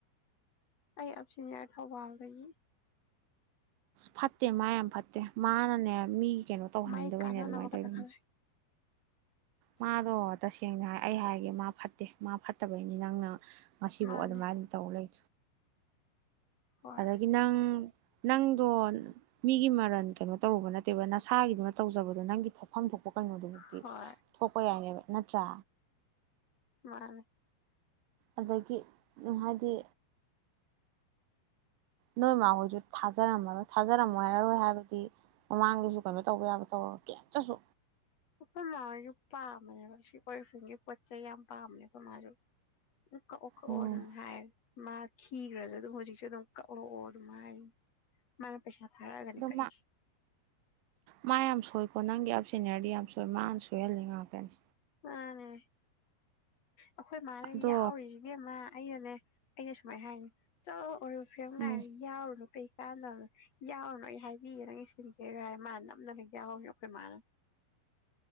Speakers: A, on the left (about 40°); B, on the right (about 75°).
A: ꯑꯩ ꯑꯞꯁꯤꯅꯤꯌꯥꯔ ꯊꯧꯕꯥꯜꯗꯒꯤ
B: ꯐꯥꯠꯇꯦ ꯃꯥꯏ ꯑꯃ ꯐꯥꯠꯇꯦ ꯃꯥꯅꯅꯦ ꯃꯤ ꯀꯩꯅꯣ ꯇꯧꯍꯟꯅꯤꯡꯗꯕꯩꯅꯦ
A: ꯃꯥꯏ ꯀꯥꯟꯅ ꯅꯅꯕ
B: ꯑꯗꯨꯃꯥꯏꯅ
A: ꯀꯗ
B: ꯇꯧꯔꯤꯅꯤ
A: ꯈꯂꯦ
B: ꯃꯥꯗꯣ ꯇꯁ‌ꯦꯡ ꯀꯦꯡꯅꯣ ꯍꯥꯏ ꯑꯩ ꯍꯥꯏꯒꯦ ꯃꯥ ꯐꯠꯇꯦ ꯃꯥ ꯐꯠꯇꯕꯩꯅꯤ ꯅꯪꯅ ꯃꯁꯤꯕꯨ
A: ꯃꯥꯅꯦ
B: ꯑꯗꯨꯃꯥꯏꯅ ꯇꯧ ꯂꯩ
A: ꯍꯣꯏ
B: ꯑꯗꯒꯤ ꯅꯪ ꯅꯪꯗꯣ ꯃꯤꯒꯤ ꯃꯔꯟ ꯀꯩꯅꯣ ꯇꯧꯔꯨꯕ ꯅꯠꯇꯦꯕ ꯅꯁꯥꯒꯤꯗꯨꯅ ꯇꯧꯖꯕꯗꯣ ꯅꯪꯒꯤ ꯊꯣꯛꯐꯝ ꯊꯣꯛꯄ ꯊꯣꯛꯀꯩꯅꯣꯗꯨꯃꯛꯇꯤ
A: ꯍꯣꯏ
B: ꯊꯣꯛꯄ ꯌꯥꯅꯦꯕ ꯅꯠꯇ꯭ꯔꯥ
A: ꯃꯥꯔꯅꯤ
B: ꯑꯗꯒꯤ ꯉꯗꯤ ꯅꯣꯏ ꯃꯥꯍꯣꯏꯖꯨ ꯊꯥꯖꯔꯝꯃꯔꯣꯏ ꯊꯥꯖꯔꯝꯃꯣꯏꯔꯔꯣꯏ ꯍꯥꯏꯕꯗꯤ ꯃꯃꯥꯡꯗꯁꯨ ꯀꯩꯅꯣ ꯇꯧꯕ ꯌꯥꯕ ꯇꯧꯔ ꯀꯩꯝꯇꯁꯨ
A: ꯑꯩꯈꯣꯏ ꯃꯥꯁꯨ ꯄꯥꯝꯕꯅꯦꯕ ꯁꯤ ꯀꯐꯒꯤ ꯄꯣꯠ ꯆꯩ ꯌꯥꯝ ꯄꯥꯝꯃꯦ ꯑꯩꯈꯣꯏ ꯃꯥꯁꯨ ꯎ ꯀꯛꯑꯣ ꯀꯛꯑꯣ
B: ꯎꯝ
A: ꯑꯗꯨꯝ ꯍꯥꯏ ꯃꯥ ꯈꯤꯈ꯭ꯔꯖꯨ ꯑꯗꯨꯝ ꯍꯧꯖꯤꯛꯁꯨ ꯑꯗꯨꯝ ꯀꯛꯂꯛꯑꯣ ꯑꯗꯨꯃꯥꯏꯅ ꯃꯥꯅ ꯄꯩꯁꯥ ꯊꯥꯔꯛꯑꯒꯅꯤ
B: ꯑꯣ
A: ꯀꯛꯏꯁꯦ
B: ꯃꯥ ꯌꯥꯝ ꯁꯣꯏꯀꯣ ꯅꯪꯒꯤ ꯁꯤꯅꯦꯔꯗꯤ ꯌꯥꯝ ꯁꯣꯏ ꯃꯥꯅ ꯁꯣꯏꯍꯜꯂꯤ ꯉꯥꯛꯇꯅꯤ
A: ꯑꯅꯦ ꯑꯩꯈꯣꯏ ꯃꯥꯅ
B: ꯑꯗꯣ
A: ꯌꯥꯎꯔꯤꯁꯤꯕꯦꯝꯃ ꯍꯔꯅꯦ ꯑꯩꯅ ꯁꯨꯃꯥꯏꯅ ꯍꯥꯏꯅꯤ ꯆꯂꯔ ꯕ
B: ꯎꯝ
A: ꯂꯅ ꯌꯥꯎꯔꯩ ꯀꯥꯟꯅꯕꯅ ꯌꯥꯎꯔꯅꯨ ꯑꯩ ꯍꯥꯏꯕꯤꯌꯦꯦ ꯅꯪ ꯁꯤꯗꯤ ꯀꯩ ꯍꯥꯏꯔꯦ ꯃꯥꯅ ꯅꯞꯅꯅꯕ ꯌꯥꯎꯍꯧꯅ ꯑꯩꯈꯣꯏ ꯃꯥꯅ